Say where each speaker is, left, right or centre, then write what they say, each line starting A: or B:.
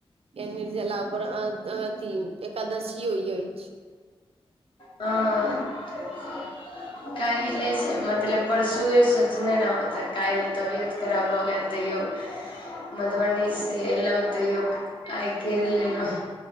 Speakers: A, on the right; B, on the left.
A: निर्जला अथी एकादशीयो अछि
B: हँ काल्हिसँ मतलब परसुए सोचने रहौ तऽ काल्हि तबियत खराब भऽ गेल तैओ
A: <inaudible>
B: मधुबनीसँ अयलहुँ तैयो आइ करि लेलहुँ